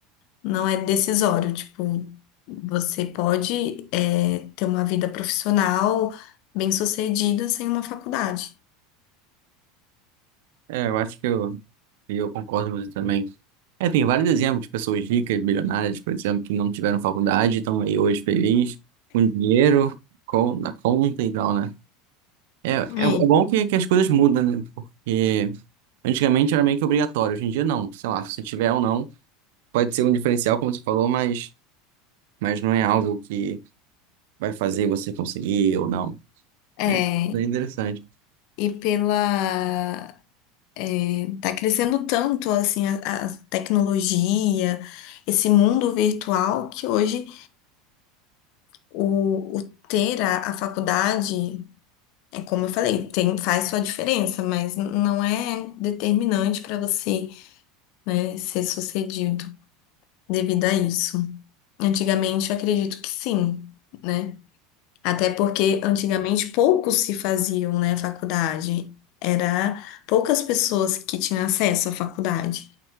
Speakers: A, on the left; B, on the right.
A: não é decisório. Tipo, você pode, é, ter uma vida profissional bem-sucedida sem uma faculdade.
B: É, eu acho que eu, eu concordo com você também. É, tem vários exemplos de pessoas ricas, milionárias, por exemplo, que não tiveram faculdade, estão aí hoje felizes, com dinheiro, com, na conta e tal, né? É, é,
A: É,
B: é bom que, que as coisas mudam, né? Porque antigamente era meio que obrigatório, hoje em dia não. Sei lá, se tiver ou não, pode ser um diferencial, como você falou, mas, mas não é algo que vai fazer você conseguir ou não.
A: é,
B: É, é interessante.
A: e pela. é, Tá crescendo tanto assim a, a tecnologia, esse mundo virtual, que hoje o, o ter a, a faculdade, é como eu falei, tem, faz sua diferença, mas não é determinante para você, né, ser sucedido devido a isso. Antigamente eu acredito que sim, né? Até porque antigamente poucos se faziam, né, faculdade. Era poucas pessoas que tinham acesso à faculdade.